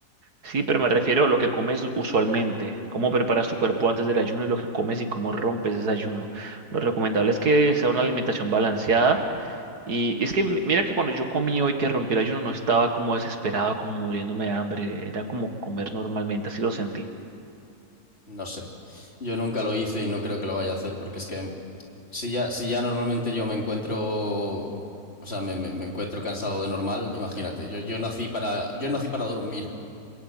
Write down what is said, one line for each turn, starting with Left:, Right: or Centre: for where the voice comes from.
Right: Sí, pero me refiero a lo que comes usualmente, cómo preparas tu cuerpo antes del ayuno y lo que comes y cómo rompes ese ayuno. Lo recomendable es que sea una alimentación balanceada. Y es que m- mira que cuando yo comí hoy que rompí el ayuno no estaba como desesperado, como muriéndome de hambre, era como comer normalmente, así lo sentí.
Left: no sé. Yo nunca lo hice y no creo que lo vaya a hacer porque es que si ya, si ya normalmente yo me encuentro... O sea, me, me- me encuentro cansado de normal, imagínate. Yo, yo nací para, yo nací para dormir.